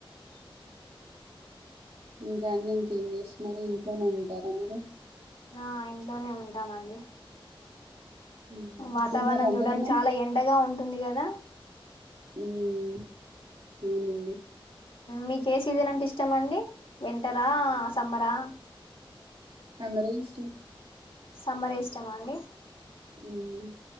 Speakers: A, on the right (about 80°); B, on the left (about 75°).
A: ఇంకాన్ని ఇంకేం చేస్తున్నారు ఇంట్లోనే ఉంటారా మీరు
B: అ ఇంట్లోనే ఉంటామంది
A: ఉమ్.
B: వాతావరణం
A: తిన్నారా అండి
B: చూడానికి
A: అన్నం
B: చాలా ఎండగా ఉంటుంది కదా
A: ఉమ్ అవునండి
B: మీకు ఏ సీజన్ అంటే ఇష్టమ అండి వింటర్రా సమ్మర్రా
A: సమ్మర్ ఎ ఇష్టం
B: సమ్మరే ఇష్టమ అండి
A: ఉమ్